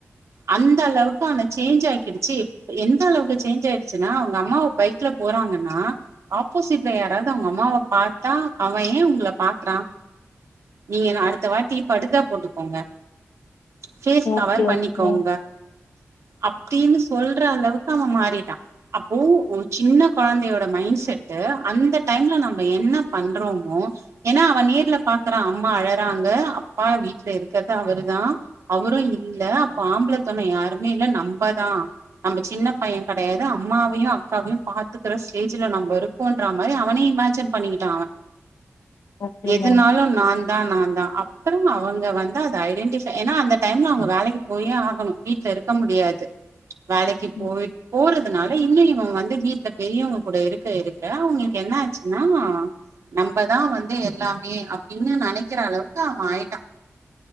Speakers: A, on the right; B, on the left.
A: அந்தளவுக்கு அவன சேஞ்ச் ஆக்கிடுச்சி இப் எந்த அளவுக்கு சேஞ்ச் ஆயிடுச்சின்னா அவுங்க அம்மாவ பைக்ல போறாங்கன்னா ஆப்போசிட்ல யாராது அவுங்க அம்மாவ பாத்தா அவே ஏ உங்கள பாக்றா நீங்க இன்னு அடுத்த வாட்டி படுதா போட்டுகோங்க பேஃஸ்
B: ஓகே
A: கவர் பண்ணிக்கோங்க
B: ஓகே
A: அப்டின்னு சொல்ற அளவுக்கு அவ மாறிட்டா அப்போ ஒரு சின்ன கொழந்தையோட மைண் செட்டு அந்த டைம்ல நம்ப என்ன பண்றோமோ ஏன்னா அவே நேர்ல பாக்குறா அம்மா அழறாங்க அப்பா வீட்ல இருக் கர்து அவரு தா அவரு இல்ல அப்ப ஆம்பளத் தொணை யாருமே இல்ல நம்பதா நம்ப சின்ன பையே கெடையாது அம்மாவையு அக்காவையு பாத்துக்குற ஸ்டேஜ்ல நம்ப இருக் கோன்ற மாரி அவனே இமேஜின் பண்ணிக்கிட்டா அவே
B: ஓகே
A: எதுனாலு
B: மேம்
A: நாந்தா நாந்தா அப்பறம் அவங்க வந் து அத ஐடென்டிஃபை ஏன்னா அந்த டைம்ல அவங்க வேலைக்கி போயே ஆகணு வீட்ல இருக்க முடியாது வேலைக்கி
B: ம்
A: போய் போறதுனால இன்னு இவே வந்து வீட்ல பெரியவங்க கூட இருக் க இருக்க அவுங்களுக்கு என்ன ஆச்சின்னா நம்பதா வந்து எல்லாமே அப்டின்னு நெனக்கிற அளவுக்கு அவே ஆயிட்டா